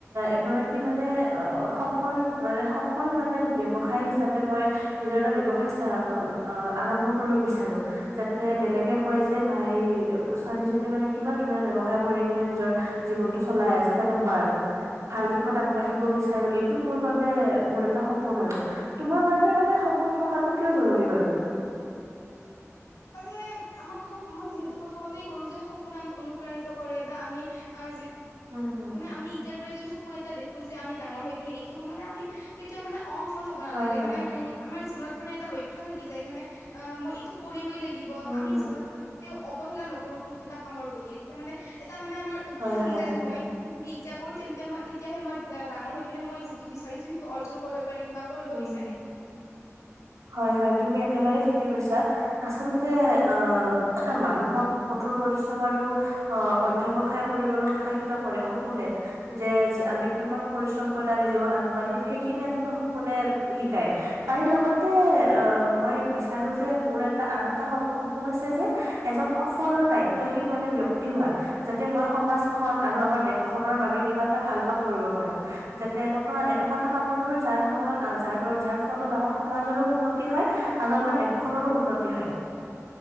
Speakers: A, on the right; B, on the left.
A: এগ কি মানে অ সফল মানে সফল মানে ব্য্ৱসায় হিচাপে মই নিজৰ এটা ব্য়ৱসায় আৰম্ভ কৰিব বিচাৰো যাতে বেলেগে কয় যে ভাই ছোৱালীজনীয়ে মানে কিমান ধুনীয়া ব্য়ৱসায় কৰি কিনে নিজৰ জীৱনতটো চলাই আছে তেনেকুৱা আৰু ভাল। <unintelligible> পাঠিব বিচাৰো এইটো মোৰ বাবে। মোৰ এটা সপোন আৰু তোমাৰ কাৰণে মানে সপোন থকাটো কিয় জৰুৰী বাৰু।
B: মানে আমাক মই যিহেতু প্ৰথমতেই কৰো যে সপোন আমাক অনুপ্ৰাণিত কৰে বা আমি <unintelligible>
A: উম, হুম,
B: আমি ইতিয়াৰ পৰা যদি সপোন এটা দেখো। খোজো আমি ডাঙৰ হৈ পিনে এইটো হম মানে আমি কেতিয়াও মানে অসফল হ'ব নালাগে
A: হয়, হয়,
B: মানে উম আমাৰ। জীৱনত মানে এটা লক্ষ্য থাকি যায় মানে অ' মই এইটো। ই লাগিব
A: উম,
B: আমি
A: হুম,
B: জীৱনত মানে তেওঁ অৱহেলা নকৰোোন এটা কামৰ প্ৰতি এতিয়া মানে এটা মানে আমাৰ উৎসাহ
A: হয়,
B: আহি
A: হয়।
B: যায় যে মই যদি ইচ্ছা কৰো তেন্তে মই তেতিয়াহে মই ডাঙৰ হৈ পিনে মই যিটো বিচাৰিছো সিটো অৰ্জন কৰিব কৰিব
A: উম,
B: বিচাৰ
A: হুম। হয় হয় তুমি একেবাৰে ঠিকে কৈছা আচলতে অ মানুহক কঠোৰ পৰিশ্ৰম আৰু অ অধ্য়ৱসায় কৰিবলৈ উৎসাহিত কৰে সপোনে যে আমি কিমান পৰিশ্ৰম কৰি মি য আগাঢিম সেইখিনি আচলতে কোনে শিকায় তাইৰ লগত াতে অ মই বিচাৰো যে মোৰ এটা আন এটা স সপোন আছে যে এজন সফল আৰু দায়িত্বশীল মানে ব্য়ক্তি হোৱা যাতে মই সমাজখনন আৰু আমাৰ দেশ খনৰ বাবে কিবা এটা ভাল কাম কৰিব পাৰো যাতে এনেকুৱা এনেকুৱা এটা কাম কৰিব পাৰো যাৰ সময়ত যাৰ যাৰ ফলত আমাৰ সমাজৰো উন্নতি হয় আৰু আমাৰ দেশখনৰো উন্নতি হয়